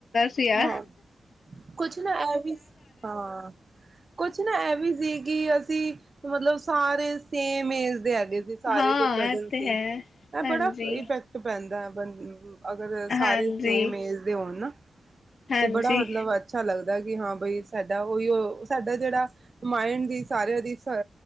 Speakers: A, on the left; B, on the right.
A: ਪਿਆ।
B: ਹਾਂ ਕੁਛ ਨਾ ਐ ਵੀ ਹਾਂ। ਕੁਛ ਨਾ ਐ ਵੀ ਸੀ ਕਿ ਅਸੀ ਮਤਲਬ ਸਾਰੇ ਸੇਮ ਏਜ ਦੇ ਹੈਗੇ ਸੀ। ਸਾਰੇ
A: ਹਾਂ
B: ਜੋ ਕਜ਼ਨ
A: ਇਹ ਤੇ
B: ਸੀ।
A: ਹੈ
B: ਐ
A: ਹਾਂਜੀ
B: ਬੜਾ ਇਫੈਕਟ ਪੈਂਦਾ ਐ ਬੰਦ ਅਗਰ ਸਾਰੇ
A: ਹਾਂਜੀ
B: ਸੇਮ ਏਜ ਦੇ ਹੋਣ ਨਾ।
A: ਹਾਂਜੀ
B: ਤੇ ਬੜਾ ਮਤਲਬ ਅੱਛਾ ਲੱਗਦਾ ਕਿ ਹਾਂ ਬਈ ਸਾਡਾ ਔਈਓ ਸਾਡਾ ਜੇੜਾ ਮਾਇੰਡ ਦੀ ਸਾਰੇਆਂ ਦੀ ਸ